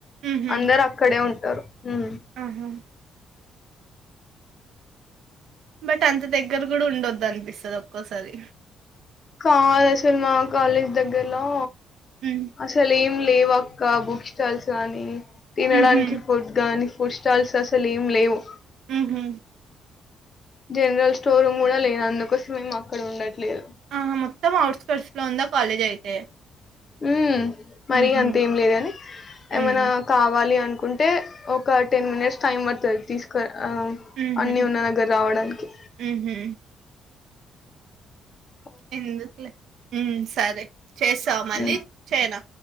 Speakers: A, on the right; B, on the left.
A: ఉహు
B: అందరు అక్కడే ఉ వస్తారు ఊ
A: ఆహా బట్ అంత దగ్గర కూడా ఉండొద్దు అంది అనిపిస్తాది ఒక్కోసారి
B: కారు ఎసున్నా కాలేజ్ దగ్గరలో
A: ఉమ్
B: అసలేం లేవ ఇంకా బుక్ స్టాల్స్ కానీ తినడానికి
A: ఉహు
B: ఫుడ్ గాని ఫుడ్ స్టాల్స్ అసలు ఏం లేవు
A: ఉహు
B: జనరల్ స్టోర్ రూమ్ కూడా లేదు అందుకోసమే మాక్కుడ ఉండట్లేదు
A: ఆహ మొత్తం అఔట్ స్కాట్స్ లో ఉందా కాలేజ్ అయితే
B: ఊ మరి
A: ఉహు
B: అంతేం లేదు గాని
A: ఉమ్
B: ఏమైనా కావాలి అంట ఉంటే ఒక టెన్ మినిట్స్ టైమ్ పడుతుంది తీసుకురా అ
A: ఉహు
B: అన్ని ఉన్నా దగ్గర మెత్తానికి
A: ఉహు
B: ఆహ
A: ఊ సరే చేస్తావు మళ్ళీ
B: హ్మ్.
A: చేయనా